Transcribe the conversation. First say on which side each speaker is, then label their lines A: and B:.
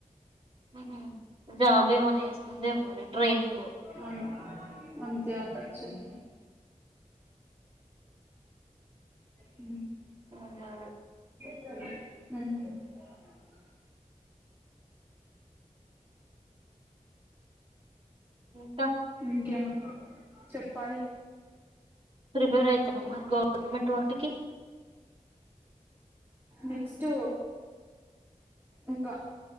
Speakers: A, on the right; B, on the right.
A: ఉహు జాబ్ ఏమన్నా చేస్తుందేమో రే ట్రైనింగ్
B: అ అంతే అంట చె ఉ అ
A: అవునా
B: ఉ
A: కా
B: ఇంకే చెప్పాలి
A: ప్రిపేర్ అవుతున్నామ్మా గవర్నమెంట్ వాటికి
B: నెక్స్ట్ ఇంకా